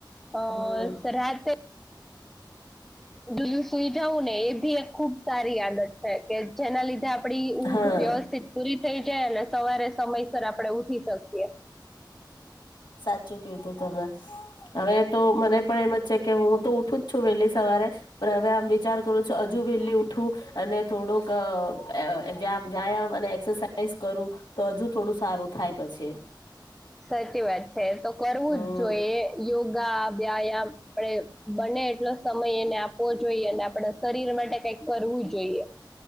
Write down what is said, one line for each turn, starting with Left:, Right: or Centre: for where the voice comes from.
Centre: અ
Left: હમ
Centre: સરહત દ સુઈ જવું ને એ બી એક ખુબ સારી આદત છે, કે જેના લીધે આપડી ઊંઘ
Left: હા
Centre: વ્યવસ્થિત પૂરી થઈ. ને સવારે સમયસર આપડે ઉઠી શકીએ.
Left: સાચું કીધું તમે હવે તો મને પણ એમ છે, કે હું તો ઉઠું જ છું વહેલી સવારે હવેમ વિચાર કરું છું, હજુ વહેલી ઉઠું અને થોડુંક વ વ્યાયામ અને એક્સરસાઇઝ કરું તો હજુ થોડું સારું થાય પછી,
Centre: સાચી વાત છે, તો કરવું
Left: હમ
Centre: જ જોઈએ યોગા વ્યાયામ આપડે બને એટલો સમય એને આપવો જોઈએ અને આપડે શરીર માટે કઈક કરવું જોઈએ,